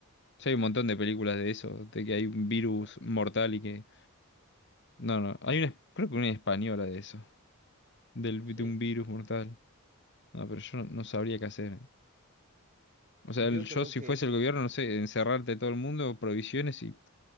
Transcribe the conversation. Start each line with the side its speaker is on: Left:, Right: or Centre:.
Left: Sí, hay un montón de películas de eso, de que hay un virus
Right: claro,
Left: mortal y que... No, no, hay una, creo que una española de eso, del,
Right: sí.
Left: de un virus mortal. No, pero yo no, no sabría qué hacer. O sea,
Right: Yo
Left: el- yo
Right: creo
Left: si
Right: que,
Left: fuese el gobierno, no sé, encerrarte todo el mundo, provisiones y